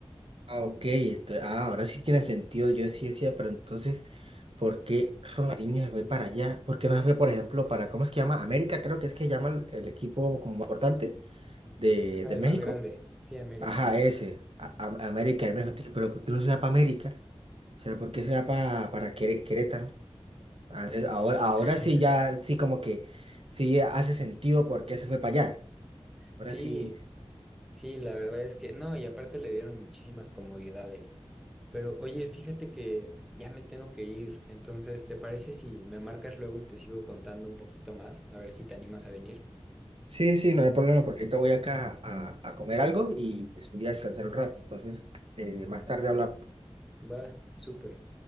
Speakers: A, on the right; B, in the centre.
A: Ah, ok, ento- ah, ahora sí tiene sentido. Yo sí decía, pero entonces, ¿por qué Ronaldinho se fue para allá? ¿Por qué no se fue, por ejemplo, para, ¿cómo es que llama? América, creo que es que llama el, el equipo como importante de,
B: Ajá,
A: de
B: El
A: México.
B: más grande, sí, América,
A: Ajá,
B: América.
A: ese, a- a- América de México. Pero ¿por qué no se va para América? O sea, ¿por qué se va para, para Quere- Querétaro? A ver, ahora,
B: <laughs>
A: ahora sí ya, sí como que sí hace sentido por qué se fue para allá. Ahora
B: Sí,
A: sí,
B: Sí, la verdad es que no, y aparte le dieron muchísimas comodidades. Pero oye, fíjate que ya me tengo que ir, entonces, ¿te parece si me marcas luego y te sigo contando un poquito más? A ver si te animas a venir.
A: sí, sí, no hay problema porque ahorita voy acá a, a comer algo y pues voy a descansar un rato. Entonces, eh, más tarde hablamos.
B: Va, súper.